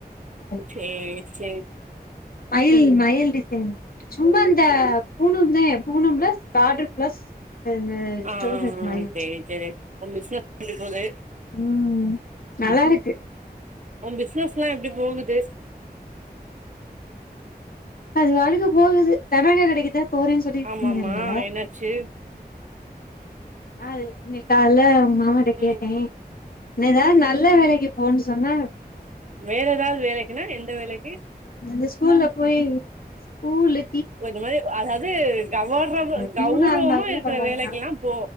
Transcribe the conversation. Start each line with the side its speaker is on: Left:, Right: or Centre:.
Left: சாரி
Right: சேர் சேரி
Left: மயில் மயில் டிசைன் சும்மா இந்த பூனந்தே பூனம்ல பாடர் பிளஸ் இந்த
Right: ஆ
Left: ஸ்டோன் இது மாரி வச்சிருக்கு
Right: செரி செரி உன் பிசினஸ் எப்டி போது
Left: ம் நல்லாருக்கு
Right: உன் பிசினஸ்லா எப்டி போகுது
Left: அது வாட்டுக்கு போகுது தனக்க கடைக்கு தா போறேன் சொல்லிகிட்டு
Right: ஆமாமா
Left: இருந்தேல
Right: என்னாச்சு
Left: அ இன்னைக்கு கால்ல உங்க மாமாட்ட
Right: ம்
Left: கேட்டே என்னதா நல்ல வேலைக்கு போன்னு சொன்ன
Right: வேற எதாவது வேலைக்குன்னா எந்த வேலைக்கு
Left: அந்த ஸ்கூல்ல போய் ஸ்கூலு
Right: இந்த மாரி அதாது கௌவர
Left: பியூனா
Right: கௌருவமா
Left: இருந்தா கூட
Right: இருக்கிற
Left: பரவாயில்லையா
Right: வேலைக்கு எல்லா போ